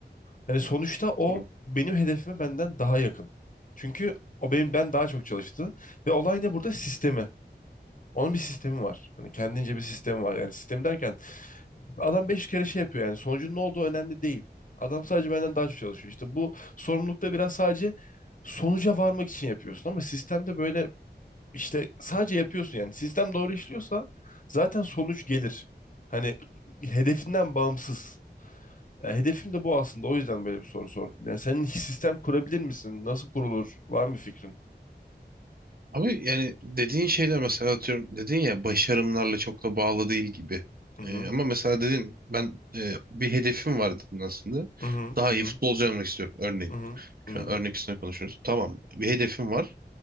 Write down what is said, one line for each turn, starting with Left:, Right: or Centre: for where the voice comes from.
Left: Hani sonuçta o
Right: Tamam.
Left: benim hedefime benden daha yakın. Çünkü o benim ben daha çok çalıştı ve olay ne burada? Sistemi. Onun bir sistemi var. Hani kendince bir sistemi var. Yani sistemi derken adam beş kere şey yapıyor yani sonucun ne olduğu önemli değil. Adam sadece benden daha çok çalışıyor. İşte bu sorumlulukta biraz sadece sonuca varmak için yapıyorsun ama sistemde böyle işte sadece yapıyorsun yani. Sistem doğru işliyorsa zaten sonuç gelir. Hani hedefinden bağımsız. Ya hedefim de bu aslında. O yüzden böyle bir soru sordum. Yani senin sistem kurabilir misin? Nasıl kurulur? Var mı bir fikrin?
Right: Ama yani dediğin şeyler mesela atıyorum dedin ya başarımlarla çok da bağlı değil gibi.
Left: Hı hı.
Right: Ee, ama mesela dedin ben e, bir hedefim var dedin aslında.
Left: Hı hı.
Right: Daha
Left: Hı hı.
Right: iyi futbolcu olmak istiyorum örneğin.
Left: Hı hı.
Right: Şu
Left: Hı hı.
Right: an örnek üstüne konuşuyoruz. Tamam bir hedefim var.